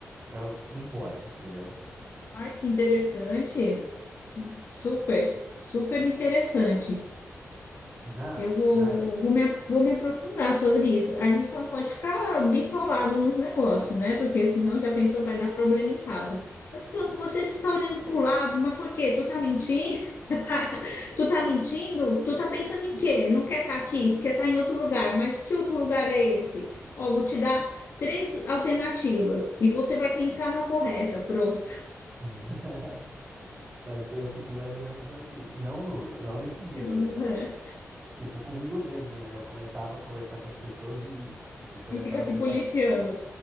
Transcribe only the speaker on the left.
Ai, que interessante. Super, super interessante.
Eu vou,
vou me, vou me aprofundar sobre isso. A gente só não pode ficar bitolado nos negócios, né? Porque senão já pensou, vai dar problema em casa. Eu tô falando com você, você tá olhando pro lado, mas por quê? Tu tá mentindo? <laughs> Tu tá mentindo? Tu tá pensando em quê? Não quer estar aqui, quer estar em outro lugar, mas que outro lugar é esse? Ó, vou te dar três alternativas e você vai pensar na correta, pronto.
<laughs>
E fica se
policiando.